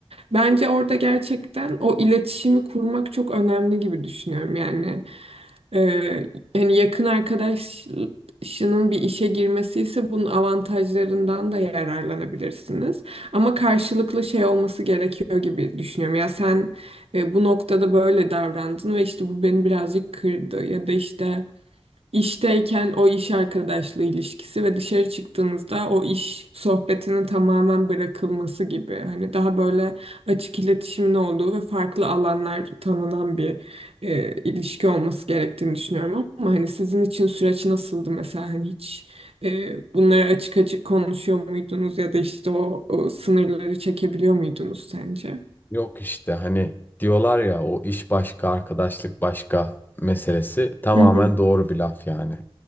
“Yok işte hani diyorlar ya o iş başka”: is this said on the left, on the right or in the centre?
Left